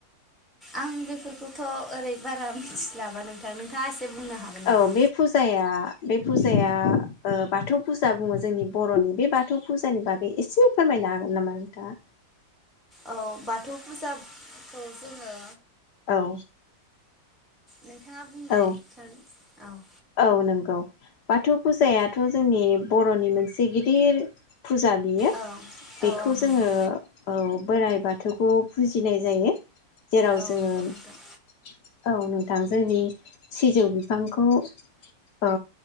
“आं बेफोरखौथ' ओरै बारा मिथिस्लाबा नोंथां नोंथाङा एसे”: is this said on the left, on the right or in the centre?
Centre